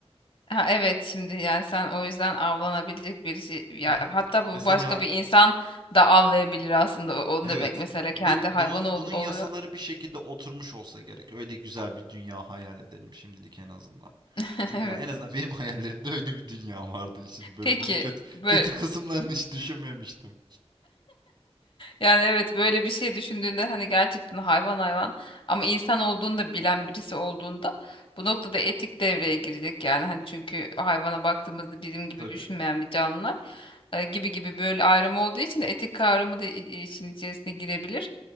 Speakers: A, on the left; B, on the right.
A: Ha, evet şimdi yani sen o yüzden avlanabilecek birisi ya
B: Hı hı.
A: hatta bu
B: Mesela
A: başka bir insan da avlayabilir aslında o- onu
B: Evet.
A: demek mesela
B: Bu
A: kendi
B: bunun
A: hayvan ol-
B: bunun yasaları
A: oluyor.
B: bir şekilde oturmuş olsa gerek. Öyle güzel bir dünya hayal edelim şimdilik en azından.
A: <laughs>
B: Çünkü
A: Evet.
B: ya en azından benim <laughs> hayallerimde öyle bir dünya vardı işte böyle
A: Peki
B: bunu kötü
A: böyle
B: kötü kısımlarını hiç düşünmemiştim.
A: Yani evet böyle bir şey düşündüğünde hani gerçekten hayvan hayvan ama insan olduğunu da bilen birisi olduğunda bu noktada etik devreye girecek yani hani çünkü hayvana baktığımızda bizim gibi
B: Tabii.
A: düşünmeyen bir canlılar e, gibi gibi böyle ayrım olduğu için etik kavramı da i- i- işin içerisine girebilir.